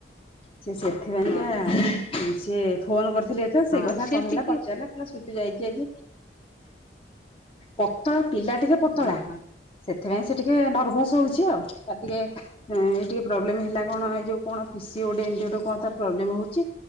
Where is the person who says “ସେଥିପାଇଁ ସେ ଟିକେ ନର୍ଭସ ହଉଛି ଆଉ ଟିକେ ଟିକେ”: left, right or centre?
Left